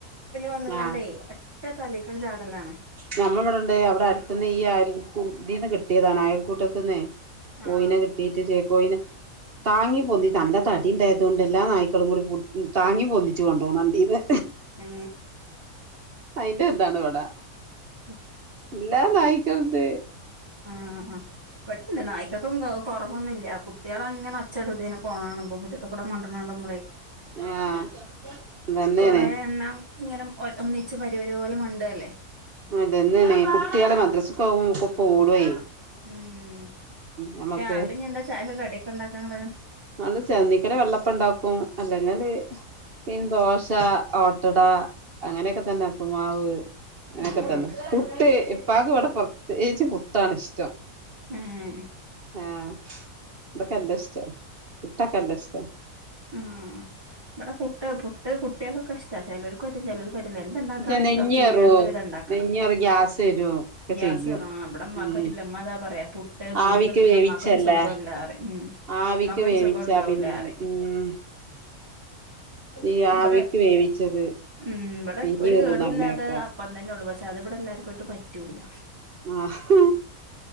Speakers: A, on the right; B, on the right.
A: വന്ന് കാണ്ടേ
B: ആഹ്
A: ഒറ്റ തലേക്കാണ്ട് ചാട ലാണ്.
B: ഞമ്മള് ഇവിടെണ്ട്. അവ്ടെ അട് ത്ത്ന്ന് ഈ അയൽ കൂ തീന്ന് കിട്ടിയതാണ് അയൽ കൂട്ടത്ത്ന്നെ
A: ആഹ്
B: കോയിനെ കിട്ടീട്ട് ചേക്കോയിന താങ്ങി പൊന്തിച്ച് നല്ല തടി ഇ ണ്ടായതുകൊണ്ടേ എല്ലാ നായ്ക്കളും കൂടി താങ്ങി പൊന്തിച്ചു കൊണ്ടോണ കണ്ടീന്ന്.
A: ഏ
B: അയിന്റെ ഇതാണ് ഇവടെ.
A: ഉം
B: ഇല്ലാ നായിക്കൾ ണ്ട്.
A: ആഹ് അ പട്ത്ത് ണ്ട് നായിക്കക്കും കൊറവൊന്നുല്ല. കുട്ടിയള അങ്ങനെ ഒച്ചടും തിനെ പോ കാണ്മ്പൊ മുറ്റത്ത് കൂടെ മണ്ട്ണാണുമ്പ്ളേ
B: ആഹ് അതന്നെയാണ്
A: കൊറെ എണ്ണം ഇങ്ങനെ ഒ ഒന്നിച്ച് വരി വരി പോലെ മണ്ടല്ലേ.
B: അതെന്നെ ണീ കുട്ടിയള് മദ്രസക്കോ വുമ്പോ ക്കെ കൂടെ
A: ഉം
B: നമ്മക്ക്
A: രാവിലെ ഞ്ഞ് എന്താ ചായക്ക് കടിയൊക്കെ ഇണ്ടാക്കാങ്ങള്?
B: നള് ചെന്നിക്കല് വെള്ളപ്പ ഇ ണ്ടാക്കും അല്ലെങ്കില് പിൻ ദോശ, ഓട്ടട അങ്ങനെയൊക്കെ തന്നെ ഇപ്പ് മാവ് അങ്ങനൊക്കെ
A: ഏഹ്
B: തന്നെ. പുട്ട് ഇപ്പാ ക്ക് ഇവ്ടെ പ്രത്യേകിച്ച് പുട്ടാണ് ഇഷ്ടം.
A: ഉം.
B: ആഹ് ഇബക്ക് നല്ലഷ്ടാ പുട്ടൊക്കെ നല്ലഷ്ടാ.
A: ആ ഇബടെ പുട്ട് പുട്ട് കുട്ടിയേൾക്കൊക്കെ ഇഷ്ടാ ചെലോൽക്ക് പറ്റും ചെലോൽക്ക് പറ്റൂല. എന്ത്ണ്ടാക്കാണെങ്കിലും
B: പക്ഷെ നെഞ്ഞേറും
A: ഒക്കെ ഈ രണ്ട് വിധം ഇണ്ടാക്കണം.
B: നെഞ്ഞേറും ഗ്യാസ് വരും ഒക്കെ
A: ഗ്യാസ്
B: ചെയ്യും
A: കേറും ഇബടെമ്മാക്ക്
B: ഉം
A: പറ്റൂല. ഇമ്മ അതാ പറയാ പു പുട്ട് ഭൂരിയൊക്കെ
B: ആവിക്ക്
A: തിന്ന
B: വേവിച്ചല്ലേ
A: ഇമ്മാക്കൊരു സുഖോല്ല റിം.
B: ആവിക്ക്
A: മ്മാക്കൊരു
B: വേവിച്ചാ
A: സുഖോം ഉണ്ടാവൂല
B: പിന്നെ
A: റിം
B: ഉം. ഈ
A: ഇബടെ
B: ആവിക്ക് വേവിച്ചത്
A: ഉം ഇബടെ
B: നെഞ്ഞ്
A: ഒരു
B: കീറുംന്ന്
A: കേടൂ
B: പറഞ്ഞേക്കാ
A: ല്ലാത്തത് അപ്പം തന്നെള്ളൂ പശേ അത് ഇബടെ എല്ലാർക്കോട്ട് പറ്റൂല്ല.
B: ആഹ്